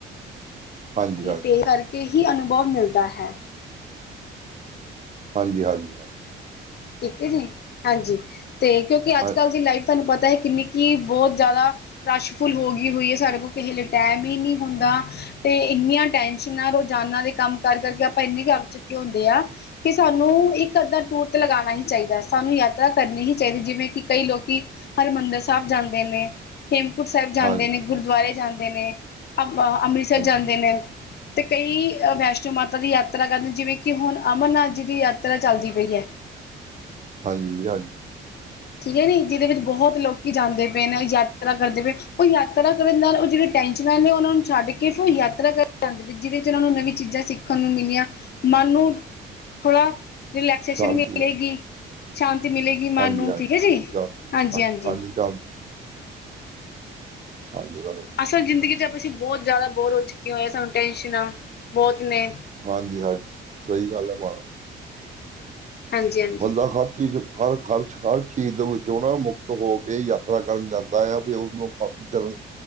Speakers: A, on the right; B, on the left.
A: ਹਾਂਜੀ
B: <unintelligible>
A: ਹਾਂਜੀ
B: ਕਰਕੇ ਹੀ ਅਨੁਭਵ ਮਿਲਦਾ ਹੈ।
A: ਹਾਂਜੀ, ਹਾਂਜੀ <unintelligible>
B: ਠੀਕ ਹੈ ਜੀ, ਹਾਂਜੀ ਤੇ ਕਿਉਂਕਿ ਅੱਜ-ਕੱਲ
A: ਹਾਂ-
B: ਦੀ ਲਾਈਫ ਤੁਹਾਨੂੰ ਪਤਾ ਐ ਕਿੰਨੀ ਕਿ ਬਹੁਤ ਜ਼ਿਆਦਾ ਰਸ਼ ਫੁੱਲ ਹੋ ਗਈ ਹੋਈ ਐ ਸਾਡੇ ਕੋਲ ਕਿਸੇ ਲਈ ਟੈਮ ਈ ਨੀ ਹੁੰਦਾ। ਤੇ ਇੰਨੀਆਂ ਟੈਨਸ਼ਨਾ, ਰੋਜ਼ਾਨਾ ਦੇ ਕੰਮ ਕਰ ਕਰਕੇ ਆਪਾਂ ਇੰਨੇ ਥਕ ਚੁੱਕੇ ਹੁੰਦੇ ਆ। ਕਿ ਸਾਨੂੰ ਇੱਕ ਅੱਧਾ ਟੂਰ ਲਗਾਣਾ ਹੀ ਚਾਹੀਦਾ, ਸਾਨੂੰ ਯਾਤਰਾ ਕਰਨੀ ਹੀ ਚਾਹੀਦੀ ਜਿਵੇਂ ਕਿ ਕਈ ਲੋਕੀ ਹਰਿਮੰਦਰ ਸਾਹਿਬ ਜਾਂਦੇ ਨੇ। ਹੇਮਕੁੰਟ ਸਾਹਿਬ ਜਾਂਦੇ
A: ਹਾਂਜੀ
B: ਨੇ,
A: ਹਾਂਜੀ
B: ਗੁਰਦੁਆਰੇ ਜਾਂਦੇ ਨੇ ਆਪਾ, ਅੰਮ੍ਰਿਤਸਰ ਜਾਂਦੇ
A: ਹਾਂ-
B: ਨੇ। ਤੇ ਕਈ ਵੈਸ਼ਨੋ ਮਾਤਾ ਦੀ ਯਾਤਰਾ ਕਰਨ, ਜਿਵੇਂ ਕਿ ਹੁਣ ਅਮਰਨਾਥ ਜੀ ਦੀ ਯਾਤਰਾ ਚੱਲਦੀ ਪਈ ਐ।
A: ਹਾਂਜੀ, ਹਾਂਜੀ।
B: ਠੀਕ ਐ ਜੀ ਜਿਹਦੇ ਵਿੱਚ ਬਹੁਤ ਲੋਕੀ ਜਾਂਦੇ ਪਏ ਨੇ, ਯਾਤਰਾ ਕਰਦੇ ਪਏ, ਉਹ ਯਾਤਰਾ ਕਰਨ ਨਾਲ ਉਹ ਜਿਹੜੇ ਟੈਂਸ਼ਨਾਂ ਨੇ ਉਹਨਾਂ ਨੂੰ ਛੱਡ ਕੇ ਫਿਰ ਯਾਤਰਾ ਕਰਨ ਜਾਂਦੇ ਜਿਹਦੇ ਚ ਉਹਨਾਂ ਨੂੰ ਨਵੀਂ ਚੀਜ਼ਾਂ ਸਿੱਖਣ ਨੂੰ ਮਿਲੀਆਂ। ਮਨ ਨੂੰ ਥੋੜਾ ਰਿਲੈਕਸੇਸ਼ਨ
A: ਸ਼ਾਂਤੀ
B: ਮਿਲੇਗੀ, ਸ਼ਾਂਤੀ ਮਿਲੇਗੀ, ਮਨ
A: ਹਾਂਜੀ
B: ਨੂੰ
A: ਹਾਂਜੀ
B: ਠੀਕ ਹੈ ਜੀ
A: ਜਾ
B: ਹਾਂਜੀ,
A: ਹਾਂ
B: ਹਾਂਜੀ।
A: ਸ਼ਾਮ ਦੀ ਹਾਂਜੀ, ਬੋਲੋ।
B: ਅਸਲ ਜ਼ਿੰਦਗੀ ਚ ਆਪਾਂ ਅਸੀਂ ਬਹੁਤ ਜ਼ਿਆਦਾ ਬੋਰ ਹੋ ਚੁੱਕੇ ਹੋਏ ਆਂ ਸਾਨੂੰ ਟੈਨਸ਼ਨਾਂ ਬਹੁਤ ਨੇ।
A: ਹਾਂਜੀ ਹਾਂਜੀ ਸਹੀ ਗੱਲ ਐ। <unintelligible>
B: ਹਾਂਜੀ ਹਾਂਜੀ
A: ਬੰਦਾ ਹਰ ਚੀਜ਼ ਹਰ ਖਰਚ, ਹਰ ਚੀਜ਼ ਵਿੱਚ ਉਹ ਨਾ ਮੁਕਤ ਹੋ ਕੇ ਯਾਤਰਾ ਕਰਨ ਜਾਂਦਾ ਆ ਫਿਰ ਉਸਨੂੰ <unintelligible>